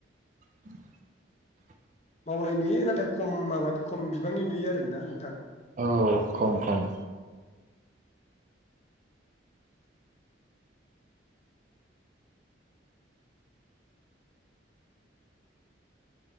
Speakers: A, on the right; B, on the left.
A: <inaudible>
B: मावनाय नुयो नाथाय खम माबा खम बिबांनि नुयो आरोना नोंथां?
A: औ खम खम